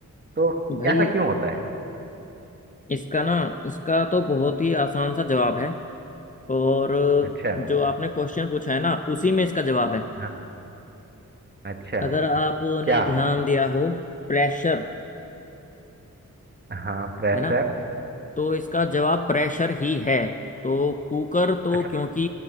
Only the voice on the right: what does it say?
तो
ऐसा क्यों होता है
अच्छा
हाँ अच्छा
क्या
हाँ प्रेशर
अच्छा